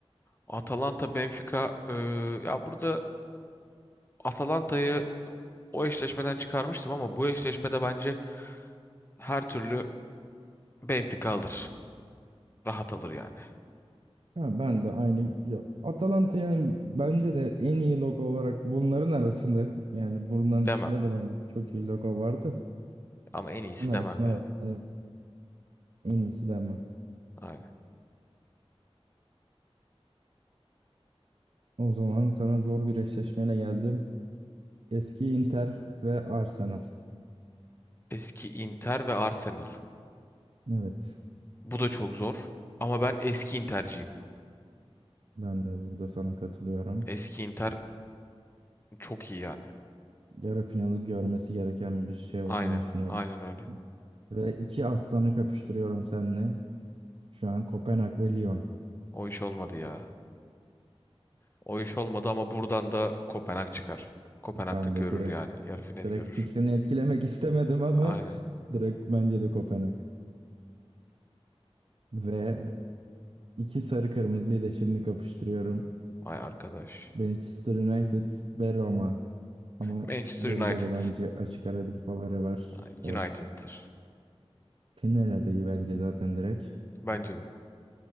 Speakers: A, on the left; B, on the right.
A: Atalanta Benfica e, ya burada Atalanta'yı o eşleşmeden çıkarmıştım ama bu eşleşmede bence her türlü Benfica alır. Rahat alır yani.
B: Ya ben de aynı ya Atalanta yani bence de en iyi logo olarak bunların arasında yani bunların
A: Demem
B: dışında da bence çok iyi logo vardı.
A: ama en iyisi
B: Ben arasında
A: demem yani.
B: bence en iyisi denme.
A: Aynen.
B: O zaman sana zor bir eşleşmeyle geldim. Eski Inter ve Arsenal.
A: Eski Inter ve Arsenal.
B: Evet,
A: Bu da çok zor ama ben eski Inter'ciyim.
B: ben de burada sana katılıyorum.
A: Eski Inter çok iyi yani.
B: Yarı finali görmesi gereken bir şey olduğunu
A: Aynen.
B: düşünüyorum.
A: Aynen öyle.
B: Ve iki aslanı kapıştırıyorum seninle. Şu an Kopenhag ve Lyon.
A: O iş olmadı ya. O iş olmadı ama buradan da Kopenhag çıkar. Kopenhag'da
B: Ben
A: görür
B: de direkt
A: yani. Yarı finali
B: direkt
A: görür.
B: fikrini etkilemek istemedim ama
A: Aynen.
B: direkt bence de Kopenhag. Ve iki sarı kırmızıyı da şimdi kapıştırıyorum.
A: ay arkadaş.
B: Manchester United ve Roma. Ama
A: Manchester
B: burada
A: United.
B: da bence açık ara bir favori var.
A: Ha, United'tır.
B: Evet. Final adayı bence zaten direkt.
A: Bence de.